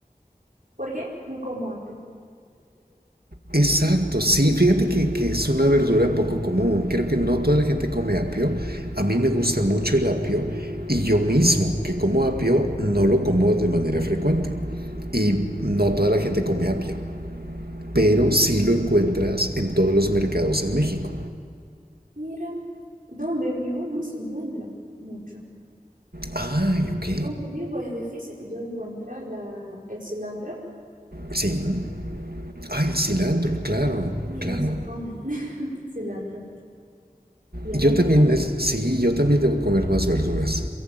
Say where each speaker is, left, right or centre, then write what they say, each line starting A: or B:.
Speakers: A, on the right; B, on the right.
A: ¿Por qué? No como apio.
B: Exacto, sí, fíjate que, que es una verdura poco común. Creo que no toda la gente come apio. A mí me gusta mucho el apio y yo mismo que como apio no lo como de manera frecuente. Y no toda la gente come apio, pero sí lo encuentras en todos los mercados en México.
A: Mira, donde vivo no se encuentra mucho.
B: Ay, ok.
A: Donde vivo es difícil que yo encuentre la, el cilantro
B: Sí. Ay, el cilantro, claro,
A: y
B: claro.
A: no se come <laughs> cilantro. Y a
B: Yo
A: mí me
B: también,
A: encanta.
B: es, sí, yo también debo comer más verduras.